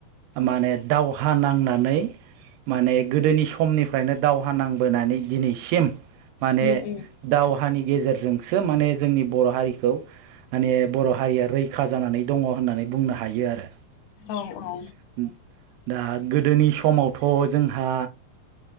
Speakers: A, on the right; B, on the left.
A: माने दावहा नांनानै। माने गोदोनि समनिफ्रायनो दावहा नांबोनानै दिनैसिम। माने
B: उम उम
A: दाव हानि गेजेरजोंसो माने जोंनि बर' हारिखौ माने बर' हारिया रैखा जानानै दंङो होननानै। बुंनो हायो आरो
B: औ औ
A: दा गोदोनि समावथ' जोंहा